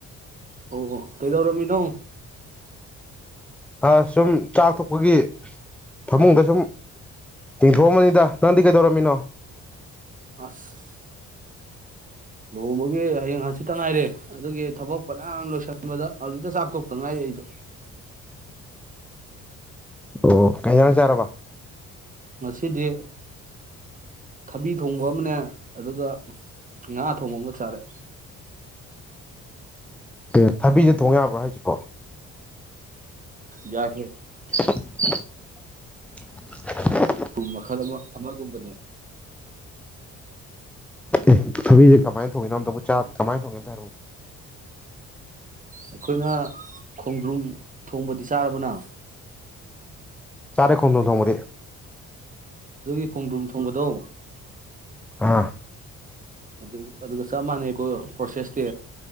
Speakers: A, on the right (about 25°); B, in the centre.
A: ꯍꯣ ꯍꯣ ꯀꯩꯗꯧꯔꯝꯃꯤꯅꯣ
B: ꯑꯁ ꯁꯨꯝ ꯆꯥꯛ ꯊꯣꯛꯄꯒꯤ ꯐꯃꯨꯡꯗ ꯁꯨꯝ ꯇꯤꯡꯊꯣꯛꯑꯝꯕꯅꯤꯗ ꯅꯪꯗꯤ ꯀꯩꯗꯧꯔꯝꯃꯤꯅꯣ
A: ꯑꯁ ꯂꯨꯍꯣꯡꯕꯒꯤ ꯍꯌꯦꯡ ꯍꯪꯆꯤꯠꯇ ꯉꯥꯏꯔꯦ ꯑꯗꯨꯒꯤ ꯊꯕꯛ ꯐꯅꯌꯥꯝ ꯂꯣꯏꯁꯤꯟꯕꯗ ꯍꯧꯖꯤꯛꯇ ꯆꯥꯛ ꯊꯣꯛꯇ ꯉꯥꯏꯔꯤ ꯑꯩꯁꯨ
B: ꯑꯣ ꯀꯩ ꯏꯟꯁꯥꯡ ꯆꯥꯔꯕ
A: ꯉꯁꯤꯗꯤ ꯊꯕꯤ ꯊꯣꯡꯕ ꯑꯃꯅꯦ ꯑꯗꯨꯒ ꯉꯥ ꯊꯣꯡꯕ ꯑꯃ ꯆꯥꯔꯦ
B: ꯀꯩ ꯊꯕꯤꯁꯦ ꯊꯣꯡ ꯌꯥꯕ꯭ꯔꯣ ꯍꯥꯏꯁꯤꯕꯣ
A: ꯌꯥꯏ ꯍꯦ
B: <unintelligible>
A: ꯄꯨꯡ ꯃꯈꯜ ꯑꯃ ꯑꯃꯒꯨꯝꯕꯅꯦ
B: ꯑꯦ ꯊꯕꯤꯁꯦ ꯀꯃꯥꯏꯅ ꯊꯣꯡꯏꯅꯣ ꯑꯝꯇꯕꯨ ꯆꯥ ꯀꯃꯥꯏꯅ ꯊꯣꯡꯏ ꯑꯝꯇ ꯍꯥꯏꯔꯛꯑꯣ
A: ꯑꯩꯈꯣꯏꯅ ꯈꯣꯡꯗ꯭ꯔꯨꯨꯝ ꯊꯣꯡꯕꯗꯤ ꯆꯥꯔꯕꯣ ꯅꯪ
B: ꯆꯔꯦ ꯈꯣꯡꯗꯔ꯭ꯨꯝ ꯊꯣꯡꯕꯗꯤ
A: ꯑꯗꯨꯒꯤ ꯈꯣꯡꯗ꯭ꯔꯨꯝ ꯊꯣꯡꯕꯗꯣ
B: ꯑꯥ
A: ꯑꯗꯨ ꯑꯗꯨꯒ ꯆꯞ ꯃꯥꯟꯅꯩꯀꯣ ꯄ꯭ꯔꯣꯁꯦꯁꯇꯤ